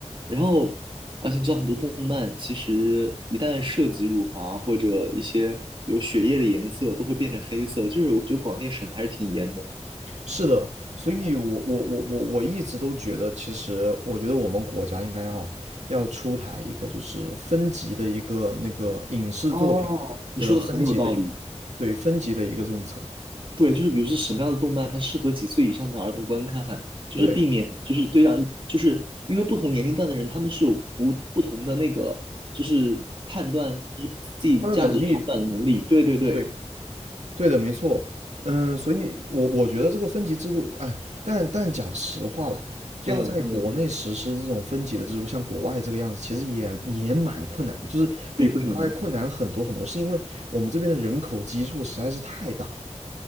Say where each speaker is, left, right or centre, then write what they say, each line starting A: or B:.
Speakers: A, on the right; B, on the right.
A: 然后而且你知道很多动漫其实一旦涉及辱华或者一些有血液的颜色，都会变成黑色，就是我觉得广电审的还是挺严的。
B: 是的，所以我我我我我一直都觉得，其实我觉得我们国家应该要要出台一个就是分级的一个那个影视作品的分级的一
A: 哦，你说的很有道理。
B: 对分级的一个政策，
A: 对，就是比如说什么样的动漫它适合几岁以上的儿童观看，就是避免就是对让一就是因为不同年龄段的人他们是有不不同的那个就是判断就是自己价值判断的能力。
B: 对，他的能力，
A: 对对对，
B: 对，对的，没错，嗯，所以我我觉得这个分级制度，哎，但但讲实话了，要在国内实施这种分级的制度，
A: 嗯嗯，
B: 像国外这个样子，其实也也蛮困难的就是比国外困难很多很多，
A: 为为什么呢？
B: 是因为我们这边的人口基数实在是太大了